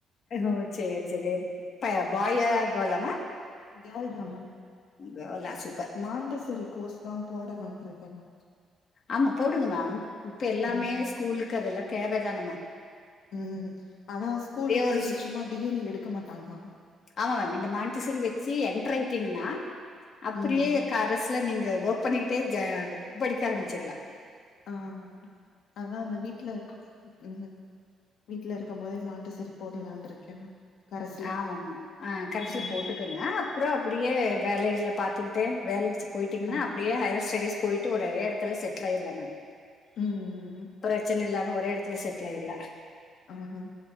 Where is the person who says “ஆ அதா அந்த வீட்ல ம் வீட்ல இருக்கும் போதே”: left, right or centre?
Left